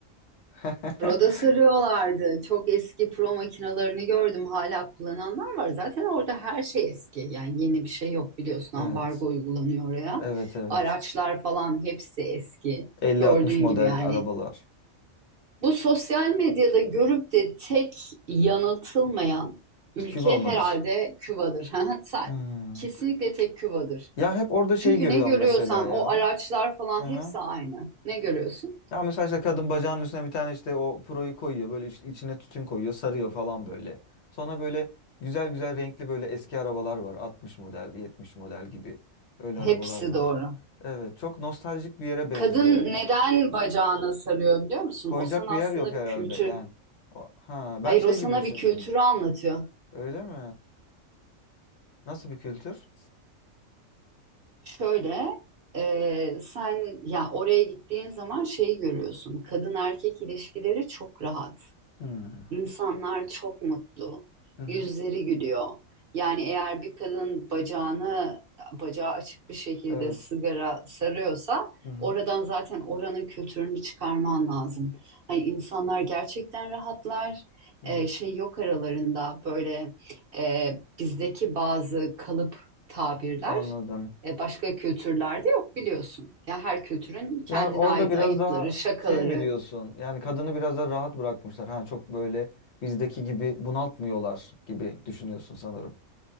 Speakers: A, on the left; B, on the right.
A: <laughs>
B: Roda sarıyorlardı. Çok eski pro makinalarını gördüm. Hala kullananlar var. Zaten orada her şey eski. Yani yeni bir şey yok biliyorsun.
A: Evet.
B: Ambargo uygulanıyor oraya.
A: Evet evet.
B: Araçlar falan hepsi eski.
A: 50-60
B: Gördüğün
A: model
B: gibi yani.
A: arabalar.
B: Bu sosyal medyada görüp de tek yanıltılmayan ülke
A: Küba mıdır?
B: herhalde Küba'dır. <laughs> Ha, sa-
A: Hmm.
B: Kesinlikle tek Küba'dır.
A: Ya hep orada şey
B: Çünkü
A: görüyorum
B: ne görüyorsan
A: mesela ya.
B: o araçlar falan
A: Hı-hı.
B: hepsi aynı. Ne görüyorsun?
A: Ya mesela işte kadın bacağının üstüne bir tane işte o puroyu koyuyor. Böyle iç- içine tütün koyuyor, sarıyor falan böyle. Sonra böyle güzel güzel renkli böyle eski arabalar var. 60 model, 70 model gibi. Öyle
B: Hepsi
A: arabalar var.
B: doğru.
A: Evet, çok nostaljik bir yere benziyor.
B: Kadın neden bacağına sarıyor biliyor musun?
A: Koyacak
B: O sana
A: bir yer
B: aslında
A: yok herhalde
B: bir kültür.
A: yani. O- Ha, ben
B: Hayır
A: şey
B: o sana
A: gibi düşündüm.
B: bir kültürü anlatıyor.
A: Öyle mi? Nasıl bir kültür?
B: Şöyle e, sen ya oraya gittiğin zaman şeyi görüyorsun. Kadın erkek ilişkileri çok rahat.
A: Hmm.
B: İnsanlar çok mutlu.
A: Hı hı.
B: Yüzleri gülüyor. Yani eğer bir kadın bacağını bacağı açık bir şekilde
A: Evet.
B: sigara sarıyorsa
A: Hı hı.
B: oradan zaten oranın kültürünü çıkarman lazım. Hani insanlar gerçekten rahatlar.
A: Hı
B: Ee,
A: hı.
B: şey yok aralarında böyle e, bizdeki bazı kalıp tabirler
A: Anladım.
B: e, başka kültürlerde yok biliyorsun. Ya her kültürün kendine
A: Ya orada
B: ait
A: biraz
B: ayıpları,
A: daha
B: şakaları,
A: şey mi diyorsun? Yani kadını biraz daha rahat bırakmışlar. Hani çok böyle bizdeki gibi bunaltmıyorlar gibi düşünüyorsun sanırım.